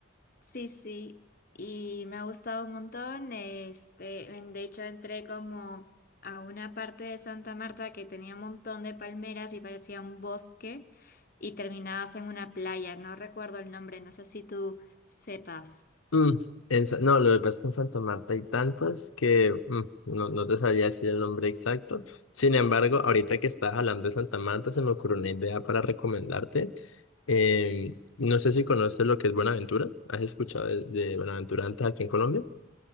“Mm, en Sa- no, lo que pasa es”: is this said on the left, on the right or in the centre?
Left